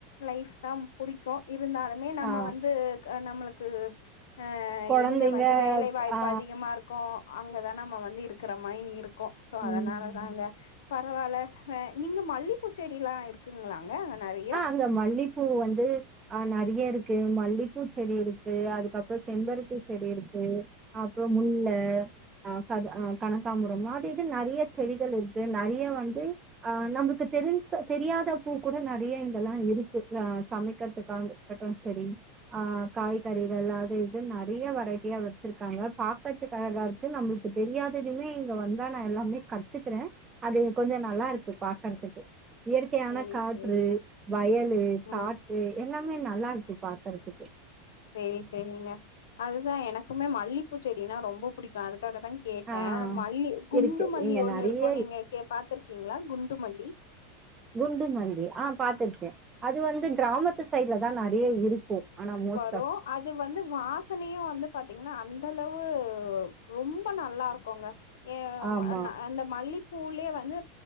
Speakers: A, on the left; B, on the right.
A: லைஃப் தா புடிக்கு இருந்தாலுமே நம்ம
B: ஆ
A: வந்து நம்மளுக்கு அ
B: கொழந்தைங்க
A: எங்க வந்து வேலை வாய்ப்பு
B: ஆ
A: அதிகமா இருக் கு அங்கதா நம்ம வந்து இருக்கிற மாரி இருக்கு சோ
B: ம்
A: அதனாலதா அங்க பரவால்ல நீங்க மல்லிப்பூசெடிலா இருக்குங்ளாங்க நெறைய
B: இந்த மல்லிப்பூ வந்து ஆ நெறைய இருக்கு மல்லிபூ செடி இருக்கு அதுகப்றோ செம்பருத்தி செடி இருக்கு அப்றோ முல்ல
A: ம்
B: அ க ஆ கனகாம்பரம் மாரி அது இது நெறைய செடிகள் இருக்கு நெறைய வந்து ஆ நமக்கு தெரிஞ்ச தெரியாத பூ கூ‌ட நெறைய இங்கெல்லா இருக்கு ஆ சமைகிறதுகாக மட்டு செரி ஆ காய்கறிகள் அது இது நெறைய வெரைட்டியா வச்சிருக்காங்க பாக்க றத்துக்கு அழகா இருக்கு நம்மளுக்கு தெரியாததுமே இங்க வந்தா நா எல்லாமே கத்துகிறே அது கொஞ்சோ நல்லா இருக்கு பாக்குறதுக்கு இயற்கையான
A: சேரி
B: காற்று
A: சேரிங்க
B: வயலு
A: ம்
B: காட் டு எல்லாமே நல்லா இருக்கு பாக்றதுக்கு
A: செரி செரிங்க அதுதா எனக்குமே மல்லிபூசெடினா ரொம்ப புடிக்கு அதுகாக தா கேட்ட
B: ஆ
A: மல்லி குண்டு
B: இருக்கு
A: மல்லி
B: இங்க
A: ஒண்ணு
B: நெறைய
A: இருக்கு நீங்க எங்கே பாத்துருக்கீங்ளா குண்டு மல்லி
B: குண்டு மல்லி ஆ பாத்திருகே அது வந்து கிராமத்து சைட்ல தா நெறைய இருக்கு ஆனா மோஸ்
A: டோ அதுவந்து வசனையு வந்து பாத்தீங்ன்னா அந்த அளவு ரொம்ப நல்லா இருக்குங்க எ
B: ஆமா
A: என அந்தமல்லி பூலியே வந்து